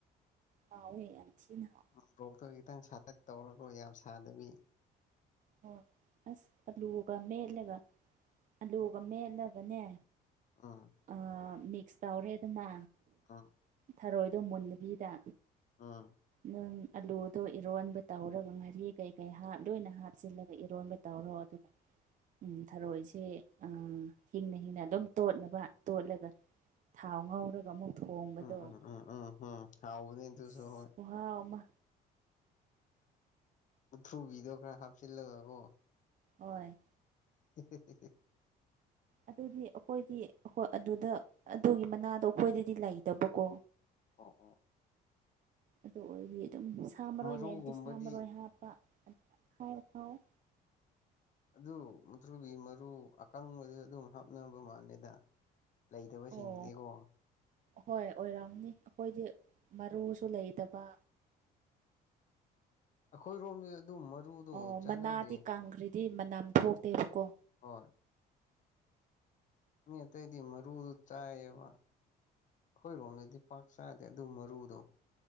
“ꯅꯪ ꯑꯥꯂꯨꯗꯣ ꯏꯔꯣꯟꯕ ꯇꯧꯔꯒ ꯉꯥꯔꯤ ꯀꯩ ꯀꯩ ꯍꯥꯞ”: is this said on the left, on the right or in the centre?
Right